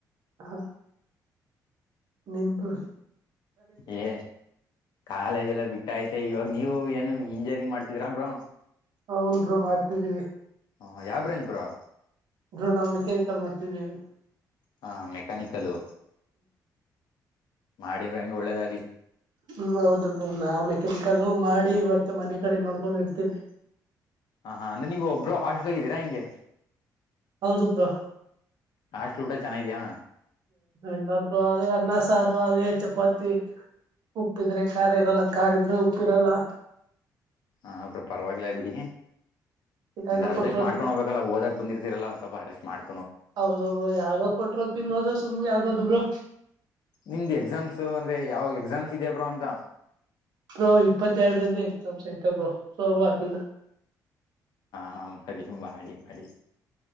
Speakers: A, on the right; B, on the left.
A: ಹಾ ನಿಮ್ ಬು.
B: ಏ ಕಾಲೇಜ್ ಎಲ್ಲ ಬಿಟ್ಟೈತೆ ಇವಾಗ್ ನೀವು ಏನು ಇಂಜಿಯರಿಂಗ್ ಮಾಡ್ತಿದೀರಾ ಬ್ರೋ.
A: ಹನ್ರು ಮಾಡ್ತಿದ್ದೀವಿ
B: ಹ ಯಾವ ಬ್ರಾಂಚ್ ಬ್ರೋ
A: ಬ್ರೋ ನಾವು ಮೆಕ್ಯಾನಿಕಲ್ ಮಾಡ್ತಿದ್ದೇವೆ
B: ಹಾ ಮೆಕ್ಯಾನಿಕಲ್ಲ ಮಾಡಿದ್ರ ಹಂಗೆ ಒಳ್ಳೇದಾಗ್ಲಿ
A: ಹ್ಮ ಹೌದು ಬ್ರ ನಾವು ಮೆಕ್ಯಾನಿಕಲ್ಲ ಮಾಡಿ ಇವತ್ತು ಮನೆ ಕಡೆ ನೋಡ್ಕೊಂಡು ಇರ್ತೇವಿ
B: ಹಾ ಹಾ ಅಂದ್ರೆ ನೀವು್ ಒಬ್ಬರು ಹಾಸ್ಟೆಲ್ ಇದಿದ್ದೀರಾ ಹೆಂಗೆ
A: ಹೌದು ಬ್ರಾ
B: ಹಾಸ್ಟೆಲ್ ಊಟ ಚೆನ್ನ ಇದ್ಯಾಾ
A: ಇಲ್ಲಾ ಬ್ರೋ ಅದೇ ಅನ್ನ ಸಾರು ಅದೆ ಚಪಾತಿ ಉಪ್ಪಿದ್ರೆ ಕಾರ ಇರಲ್ಲ ಕಾರ ಇದ್ರೆ ಉಪ್ಪಿರಲ್ಲ
B: ಹಾ ಬ್ರೋ ಪರವಾಗಿಲ್ಲ ಬಿಡಿ
A: ಯಾವ್ದೋ
B: ಅರ್ಜಸ್ಟ್
A: ಕೊಟ್ರೋ
B: ಮಾಡ್ಕೊಂಡ್
A: ತಿನ್
B: ಹೋಗ್ಬೇಕಲ್ಲ ಓದಕ್ ಬಂದಿರ್ ದಿರಲ್ಲ ಒಂದ್ ಸ್ವಲ್ಪ ಅರೇಸ್ ಮಾಡ್
A: ಹೌದು ಬ್ರೂ ಯಾರೋ ಕೊಟ್ಟಿರೋದು ತಿನ್ನೋದು ಸುಮ್ಮನೆ ಆಗೋದು ಬ್ರೊ.
B: ನಿಮ್ದು ಎಕ್ಸಾಮ್ಸು ಅಂದ್ರೆ ಯಾವಾಗ ಎಕ್ಸಾಮ್ಸ್ ಇದೆಯ ಬ್ರೋ ಅಂತ.
A: ಬ್ರೋ ಇಪ್ಪತ್ತೆರ್ಡ್ರಿಂದ ಎಕ್ಸಾಮ್ಸ್ ಐತೆ ಬ್ರೋ ಸೋಮ್ವಾರ್ದಿಂದ.
B: ಹಾಂ ಬರಿ ಮಾಡಿ ಮಾಡಿ.